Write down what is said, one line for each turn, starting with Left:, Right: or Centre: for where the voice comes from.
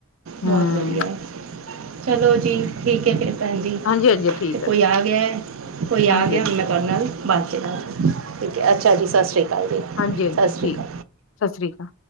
Left: ਹੂੰ
Right: ਬਹੁਤ ਵਧੀਆ। ਚਲੋ ਜੀ ਠੀਕ ਹੈ ਫਿਰ ਭੈਣ ਜੀ
Left: ਹਾਂਜੀ ਹਾਂਜੀ ਠੀਕ
Right: ਤੇ ਕੋਈ
Left: ਠੀਕ
Right: ਆ ਗਿਆ ਹੈ। ਕੋਈ
Left: ਹਾਂਜੀ
Right: ਆ ਗਿਆ
Left: ਹਾਂਜੀ
Right: ਹੁਣ ਮੈਂ ਤੁਹਾਡੇ ਨਾਲ ਬਾਦ ਚ ਗੱਲ ਕਰਦੀ। ਠੀਕ ਹੈ ਅੱਛਾ ਜੀ ਸਤਿ ਸ਼੍ਰੀ ਅਕਾਲ ਜੀ।
Left: ਹਾਂਜੀ ਹਾਂਜੀ
Right: ਸਤਿ ਸ਼੍ਰੀ
Left: ਠੀਕ।
Right: ਅਕਾਲ
Left: ਸਤਿ ਸ਼੍ਰੀ ਅਕਾਲ।